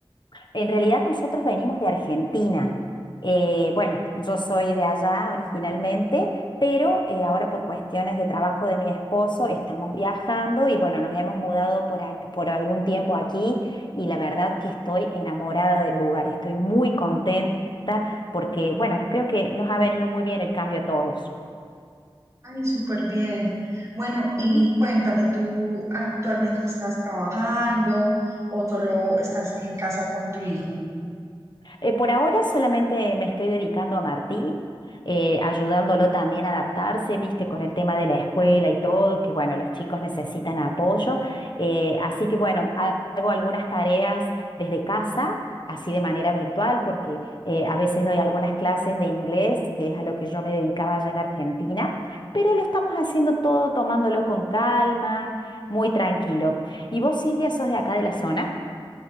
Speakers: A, on the left; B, on the right.
A: En realidad nosotros venimos de Argentina. Eh, bueno, yo soy de allá originalmente, pero eh, ahora por cuestiones de trabajo de mi esposo estamos viajando y bueno, nos hemos mudado por, ac- por algún tiempo aquí y la verdad que estoy enamorada del lugar, estoy muy contenta porque bueno, creo que nos ha venido muy bien el cambio a todos.
B: Ay, súper bien. Bueno, y
A: ¿sí?
B: cuéntame, ¿tú actualmente estás trabajando o solo estás en casa con tu hijo?
A: Eh, por ahora solamente me estoy dedicando a Martín, eh, ayudándolo también a adaptarse, viste, con el tema de la escuela y todo, que bueno, los chicos necesitan apoyo. Eh, así que bueno, ha- hago algunas tareas desde casa, así de manera virtual, porque eh, a veces doy algunas clases de inglés, que es a lo que yo me dedicaba allá en Argentina, pero lo estamos haciendo todo tomándolo con calma, muy tranquilo. ¿Y vos, Silvia, sos de acá de la zona?